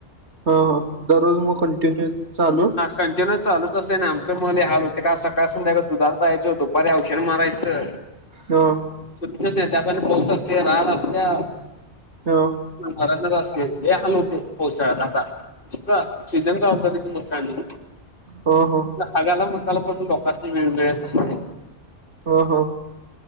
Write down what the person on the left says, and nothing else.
कंटिन्यूस चालच असतेय ना आमचं म हे हाल होते का सकाळ संध्याकाळ दुधात जाहायचं दुपारी औषध मारायचं
त नाही त्या प पाऊस असते राड असत्या
मर असले हाल होते पोहसाळ्यात आता इ सीझन का आल ति म कानी
हगाला म त्याला पण लोकांनी वेगळेत नस